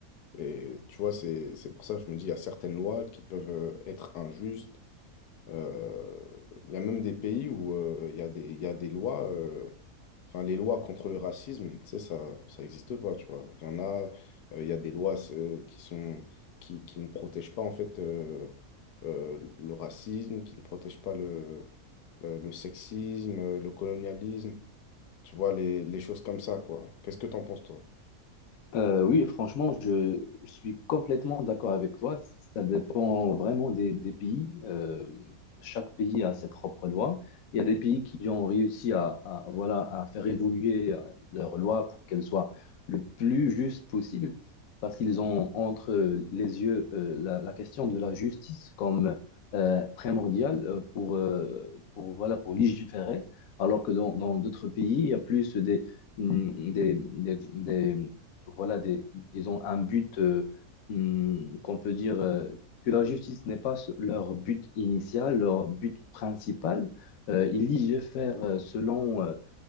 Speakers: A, on the left; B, on the left.
A: Et tu vois, c'est c'est pour ça que je me dis, il y a certaines lois qui peuvent euh, être injustes Euh, Il y a même des pays où euh, il y a des, il y a des lois, euh, enfin les lois contre le racisme, tu sais, ça, ça n'existe pas, tu vois. Il y en a, euh, il y a des lois euh, qui sont, qui, qui ne protègent pas en fait euh, euh, le racisme, qui ne protègent pas le, euh, le sexisme, euh, le colonialisme, tu vois, les, les choses comme ça, quoi. Qu'est-ce que t'en penses, toi?
B: Euh, oui, franchement, je, je suis complètement d'accord avec toi. Ça dépend vraiment des, des pays. Euh, chaque pays a ses propres lois. Il y a des pays qui ont réussi à, à, voilà, à faire évoluer leurs lois pour qu'elles soient le plus justes possible, parce qu'ils ont entre les yeux euh, la, la question de la justice comme euh, primordiale euh, pour, euh, pour, voilà, pour légiférer, alors que dans dans d'autres pays, il y a plus des mm, des, des, des- voilà, des, ils ont un but euh, hmm, qu'on peut dire euh, que la justice n'est pas leur but initial, leur but principal. Euh,
A: Bon.
B: ils légifèrent euh, selon euh,